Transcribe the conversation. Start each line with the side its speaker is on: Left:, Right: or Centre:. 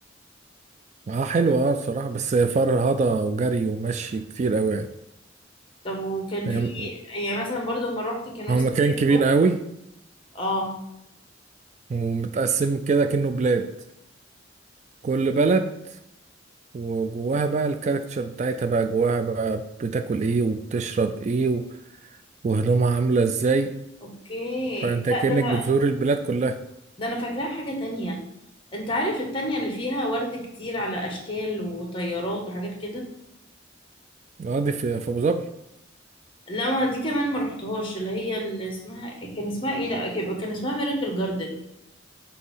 Right: أه حلوة أه الصراحة بس فرهضة وجري ومشي كتير أوي يعني
Left: طب وكان
Right: يعني
Left: في يعني مثلا برضو لما روحت كان وسط
Right: هو مكان كبير
Left: ابنه
Right: قوي
Left: اه
Right: ومتقسم كده كأنه بلاد كل بلد وجواها بقى الكاركتشر بتاعتها بقى جواها بقى بتاكل ايه وبتشرب ايه و- وهدومها عاملة ازاي
Left: اوكي
Right: فانت كأنك
Left: لا ده انا
Right: بتزور البلاد كلها
Left: ده انا فاكراها حاجه تانية انت عارف التانية اللي فيها ورد كتير على اشكال وطيارات وحاجات كده
Right: اه دي في في ابو ظبي
Left: لا ما دي كمان ما رحتهاش اللي هي اللي اسمها كان اسمها ايه لا ك- كان اسمها ميراكل جاردن